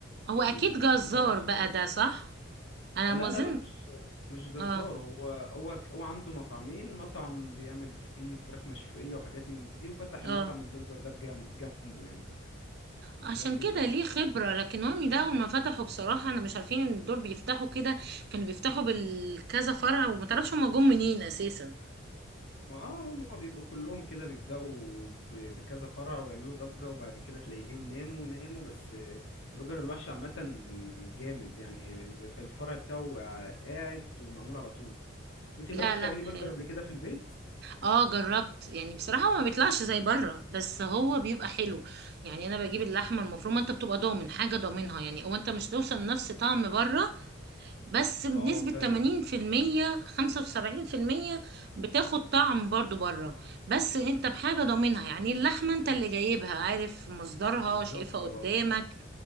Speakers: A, on the right; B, on the left.
A: هو
B: وبيبقى
A: اكيد جزار
B: محطوط عليها صوصات
A: بقى ده صح انا
B: لا
A: ما اظن
B: لا لا مش مش جزار
A: اه
B: هو هو هو عنده مطعمين مطعم بيعمل فيه فراخ مشوية وحاجات من دي وفتح
A: اه
B: المطعم البرجر ده بجم- جنبه يعني
A: عشان
B: شغال فيه
A: كده
B: برجر
A: ليه خبرة لكن وهمي ده أول ما فتحوا بصراحة أنا مش عارفين إن دول بيفتحوا كده كانوا بيفتحوا بالكذا فرع وما تعرفش هما جم منين أساسا
B: ما آه هم بيبقوا كلهم كده بيبدأوا ب- بكذا فرع ويعملوا ضجة وبعد كده تلاقيهم ناموا ناموا بس آه، بلوجر الوحش عامة جامد يعني في الفرع بتاعه قاعد ومعمول على طول انت
A: لا
B: جربتي
A: لا
B: تعملي برجر
A: حلو
B: قبل كده في البيت
A: اه جربت يعني بصراحة هو ما بيطلعش زي بره بس هو بيبقى حلو يعني أنا بجيب اللحمة المفرومة أنت بتبقى ضامن حاجة ضامنها يعني أو أنت مش توصل نفس طعم بره بس بنسبة
B: اه فاهم
A: 80% 75% بتاخد طعم برضو بره بس انت بحاجة ضامنها يعني اللحمة انت اللي جايبها عارف مصدرها
B: بالظبط
A: شايفها
B: اه
A: قدامك